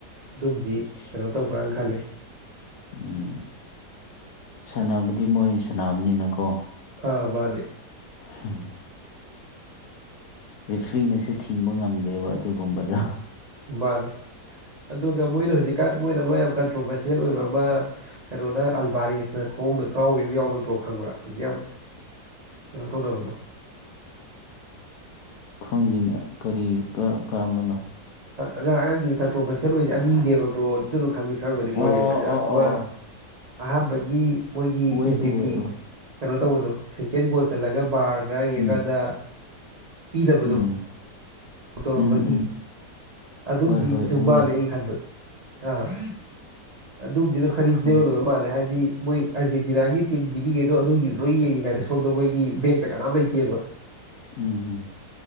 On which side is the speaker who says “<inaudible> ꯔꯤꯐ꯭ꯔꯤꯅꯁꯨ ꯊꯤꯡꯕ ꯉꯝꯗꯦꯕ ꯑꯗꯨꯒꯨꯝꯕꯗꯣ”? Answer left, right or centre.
Left